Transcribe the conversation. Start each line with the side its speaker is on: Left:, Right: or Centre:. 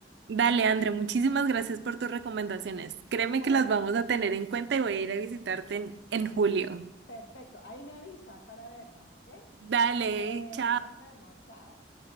Right: Dale, André, muchísimas gracias por tus recomendaciones. Créeme
Left: Bueno,
Right: que las vamos a tener en cuenta y voy a ir a visitarte en, en julio.
Left: perfecto. Ahí me avisas para vernos, ¿ok?
Right: Dale,
Left: Bueno,
Right: chao.
Left: nos vemos. Chao.